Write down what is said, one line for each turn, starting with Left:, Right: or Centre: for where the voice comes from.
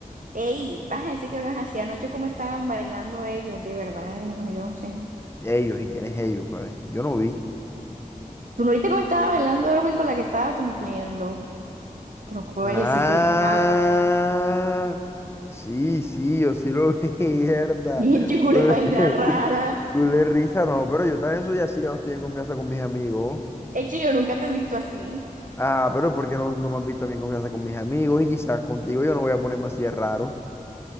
Right: Ey, vas a decir que no es así anoche como estaban bailando ellos, de verdad, ay, no, yo no sé.
Left: ellos, ¿y quiénes ellos, pa' ver? Yo no vi.
Right: ¿Tú no viste cómo estaba bailando Erwin con la que estaba cumpliendo? Tronco
Left: Ah,
Right: bailecito raro.
Left: sí, sí, yo sí lo vi, <laughs> mierda.
Right: Bien <laughs> chicule vaina
Left: <laughs>
Right: rara.
Left: Culé risa, no, pero yo también soy así que no estoy en confianza con mis amigos.
Right: Hecho, yo nunca te he visto así.
Left: Ah, pero ¿por qué no, no me has visto a mí en confianza con mis amigos? Y quizás contigo yo no voy a ponerme así de raro.